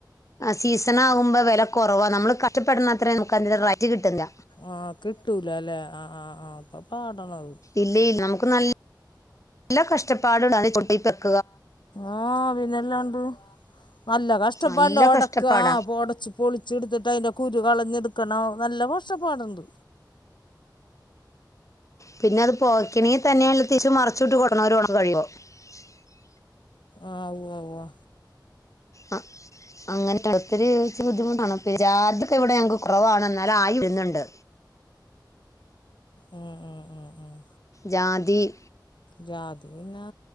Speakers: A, on the left (about 45°); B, on the left (about 80°).
A: ആ സീസൺ ആകുമ്പോ വെല കൊറവാ നമ്മള് കഷ്ടപ്പെടണത്രേന്നെ നമക്ക് റൈയിറ്റ് കിട്ടില്ലാ.
B: ആ കിട്ടൂലാല്ലേ ആ ആ ആ അപ്പം പാടെണത്.
A: ഇല്ല ഇല്ല നമുക്ക് നല്ല കഷ്ടപ്പാട് ഉണ്ടായികൊണ്ടിരിക്കുവാ
B: ആ പിന്നെല്ലാണ്ട് നല്ല കഷ്ടപ്പാണ്ട്
A: നല്ല
B: ഒടെക്ക്യാ
A: കഷ്ടപ്പാടാ
B: ആ ഒടച്ച് പൊളിച്ച് എടുത്തിട്ട് അയിന്റെ കുരു കളഞ്ഞെടുത്ത്- ക്കാണോ നല്ല കഷ്ടപ്പാടെണ്ട്
A: പിന്നാ അത് പോകാക്കനെ തന്നെ അത്‌ തിരിച്ചും മറിച്ചും <unintelligible>
B: ആ ഉവ്വാ ഉവ്വാ
A: ആ അങ്ങനെ <unintelligible> ഇച്ചിരി ബുദ്ധിമുട്ടാണ് ജാതിക്ക ഇവിടെ ഞങ്ങക്ക് കൊ കൊറവാണെന്നാലും ആയി വരുന്നുണ്ട്
B: ഉം ഉം ഉം ഉം
A: ജാതി-
B: ജാതി പിന്നെ